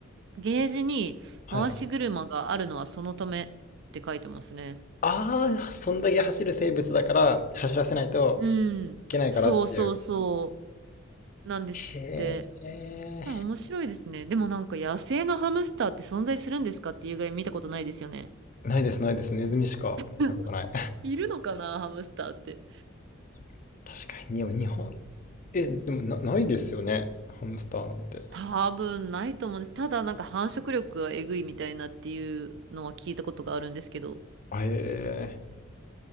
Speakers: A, on the right; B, on the left.
A: ゲージに回し車があるのはそのためって書いてますね。
B: はい。ああ、そんだけ走る生物だから走らせないと
A: うん。
B: いけないからっていう。
A: そうそうそう。なんですって。
B: へえ。
A: まあ面白いですね。でもなんか野生のハムスターって存在するんですかっていうぐらい見たことないですよね。
B: ないです、ないです。ネズミしか見たことない。
A: うんいるのかな、ハムスターって。
B: <laughs> 確かに、に日本、え、でもな、ないですよね。ハムスターなんて。
A: 多分ないと思うんです。ただなんか繁殖力がえぐいみたいなっていうのは聞いたことがあるんですけど。
B: へえ。